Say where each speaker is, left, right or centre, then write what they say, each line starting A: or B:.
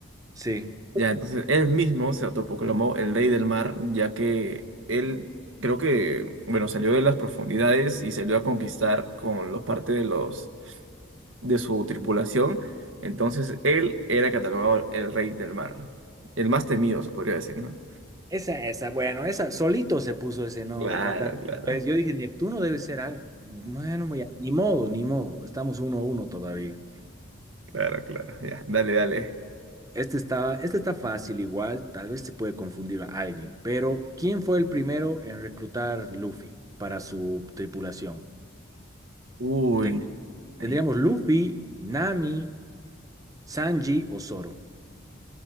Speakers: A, on the right; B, on the right.
A: Sí,
B: Ya, entonces él mismo se autoproclamó el rey del mar, ya que él creo que, bueno, salió de las profundidades y salió a conquistar con los parte de los de su tripulación. Entonces él era catalogado el rey del mar. El más temido, se podría decir, ¿no?
A: esa, esa, bueno, esa, solito se puso ese nombre,
B: Claro,
A: pata.
B: claro.
A: Pues yo dije, Neptuno debe ser algo. Bueno, voy a- ni modo, ni modo, estamos uno a uno todavía.
B: Claro, claro, ya, dale, dale.
A: Este está, este está fácil igual, tal vez se puede confundir a alguien, pero ¿quién fue el primero en reclutar Luffy para su tripulación?
B: Uy,
A: Ten-
B: ahí,
A: Tendríamos Luffy, Nami, Sanji o Zoro.